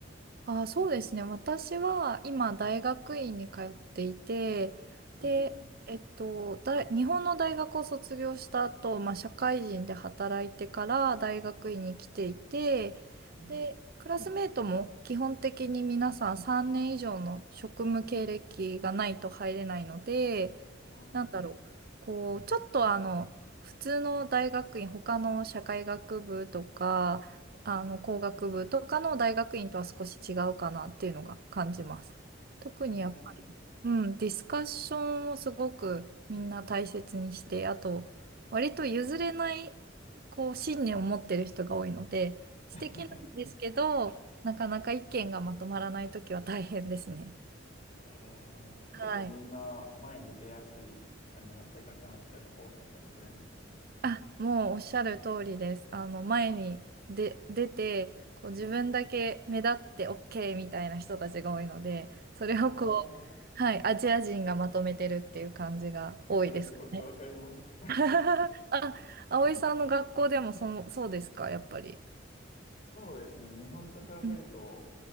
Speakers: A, on the right (about 55°); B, on the left (about 40°).
A: あー、そうですね。私は今大学院に通っていて、
B: うんうん。
A: で、えっと、だ、日本の大学を卒業した後、まあ、社会人で働いてから大学院に来ていて、
B: うん。
A: で、クラスメートも基本的に皆さん3年以上の職務経歴がないと入れないので、
B: ああ。
A: なんだろう、こう、ちょっとあの、普通の大学院、他の社会学部とか、あの、工学部とかの大学院とは少し違うかなっていうのが感じます。特にやっぱり、
B: ええ
A: うん、ディスカッションをすごくみんな大切にして、あと、割と譲れない、こう、信念を持ってる人が多いので、素敵なんですけど、
B: <laughs>
A: なかなか意見がまとまらないときは大変ですね。
B: ええ結構みんな前に出やすい感じの性格の人が多かったりするんですかね。
A: はい。あ、もうおっしゃる通りです。あの、前にで出て、こう自分だけ目立って OK みたいな人たちが多いので、それをこう、
B: ああ、
A: はい、アジア人がまとめてるっていう感じが多いですかね。
B: それすごくわかります。
A: <laughs> あ、葵さんの学校でもその、そうですか、やっぱり。
B: <laughs> そうですね。日本と比べると
A: うん、